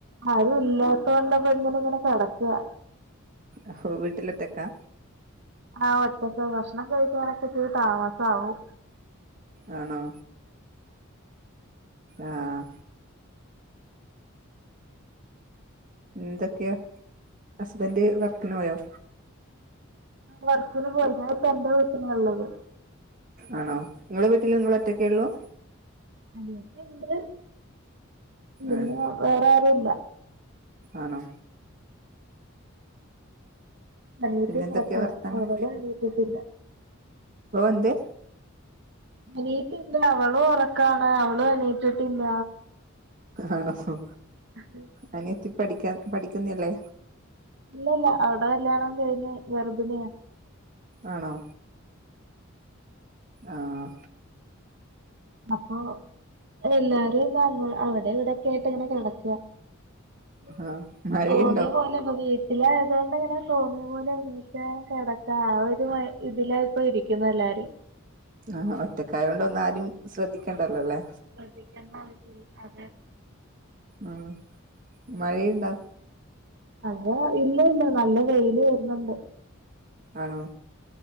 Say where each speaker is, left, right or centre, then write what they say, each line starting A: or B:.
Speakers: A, on the right; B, on the right.
A: ആരും ഇല്ലാത്തൊണ്ട്പ്പാ ഇങ്ങനെങ്ങനെ കെടക്കാ
B: അഹ് വീട്ടിലോറ്റക്കാ
A: ആഹ് ഒറ്റക്കാ ഭക്ഷണം കഴിക്കാനൊക്കെ ഇത്തിരി താമാസവും
B: ആണോ ആഹ് എന്തൊക്ക്യാ ഹസ്ബന്റ് വർക്ക്നോയോ
A: വർക്ക്ന് പോയി ഞാനിപ്പോ എന്റെ വീട്ടിലാള്ളത്
B: ആണോ ഇങ്ങളെ വീട്ടില് ഇങ്ങള് ഒറ്റക്കെള്ളൂ
A: അനിയത്തിണ്ട് പിന്നെ
B: ആഹ്
A: വേറാരുല്ല
B: ആണോ
A: അനിയത്തീം
B: പിന്നെ എന്തൊക്കെയാ
A: ഒറക്കാണ്
B: വർത്താനം
A: അവളും എണീറ്റിട്ടില്ല
B: ഓ എന്തേ
A: അനിയതിണ്ട് അവളും ഉറക്കാണ് അവള് എണീറ്റിട്ടില്ല
B: ആണോ ഹ്
A: അഹ്
B: അനിയത്തിപഠിക്കാ പഠിക്ക്ന്നില്ലേ
A: ഇല്ല ഇല്ല അവടെ കല്യാണം കഴിഞ്ഞ് ഗർഭിണിയാ
B: ആണോ ആഹ്
A: അപ്പൊ എല്ലാരും എന്താ അവടെ ഇവടെക്കെ യിട്ട് ഇങ്ങനെ കെടക്ക
B: ആഹ് മഴയുണ്ടോ
A: തോന്നിയാ പൊലെ പ്പ വീട്ടിലായതൊണ്ട് ഇങ്ങനെ തോന്നിയ പോലെ ണിക്ക കെടക്കാ ആ ഒരു മൈ ഇതിലായിപ്പോ ഇരി കിന്നല്ലാരും
B: ആഹ് ഒറ്റക്കായൊണ്ട് ഒന്നാരും ശ്രദ്ധിക്കേണ്ടല്ലോല്ലേ
A: ശ്രദ്ധിക്കേണ്ട ആവശ്യംല്ല അതെ
B: ആഹ്മഴയ്ണ്ടോ
A: മഴ ഇല്ല ഇല്ല നല്ല വെയില് വര്ന്ന്ണ്ട്
B: ആണോ